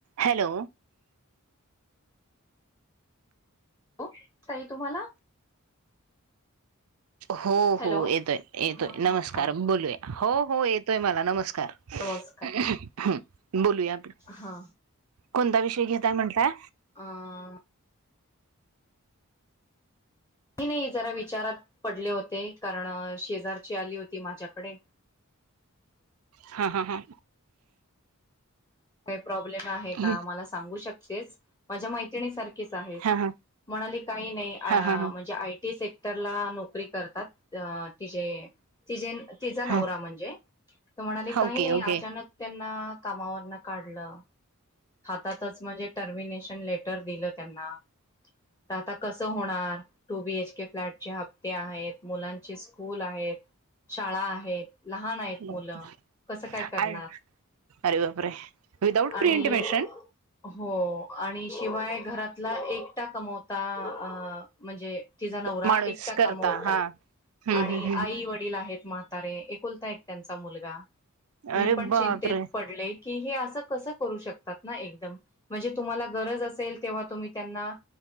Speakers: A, on the right (about 75°); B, on the left (about 15°).
A: हॅलो.
B: हो काही तुम्हाला?
A: हो,
B: हॅलो
A: हो, येतोय, येतोय,
B: हा हा
A: नमस्कार
B: हा
A: बोलूया. हो, हो, येतोय मला नमस्कार. कार.
B: नमस्कार
A: हा. बोलूया आपलं
B: हा
A: कोणता विषय? घेेतय म्हटलं.
B: अं नाही, नाही, जरा विचारात पडले होते, कारण शेजारची आली होती माझ्याकडे.
A: हा, हा, हा.
B: ह. <unintelligible> प्रॉब्लेम आहे
A: हा
B: का? मला सांगू शकता. माझ्या मैत्रिणी सारखी च आहेस
A: हा
B: म्हणाली काही नाही
A: हा हा
B: म्हणजे आ.. आय टी सेक्टर त्याला नोकरी करतात अ तिजे, तिजे, तिचा
A: हा
B: नवरा म्हणजे, त म्हणाले
A: हा
B: काही
A: ओके
B: नहीं
A: ओके
B: अचानक त्यांनी आ कामावर ना काढलं हातातच म्हणजे टर्मिनेशन लेट र दिलं त्यांना, तर आता कस होणार? टू बी एच के फ्लॅटचे हप्ते आहेत, मुलांची स्कूल आहेत, शाळा आहेत लहान आहेत
A: <unintelligible>
B: मुलं कसं काय करणार
A: अरे बापरे! विदाउट
B: आणि
A: प्रिइंटिमेशन
B: हो आणि शिवाय घरातला एकटा कमवता अ म्हणजे तिचा नवरा
A: माणूस
B: एकटा
A: करता
B: कमवता
A: हा हम्म
B: आणि
A: हम्म हम्म
B: आई वडील आहेत. म्हातारे एकुलता एक त्यांचा मुलगा मी
A: अरे
B: पण
A: बापरे
B: चिंतेत पडले की हे असं कसं करू शक तात ना एकदम म्हणजे तुम्हाला गरज असेल तेव्हा तुम्ही त्यांना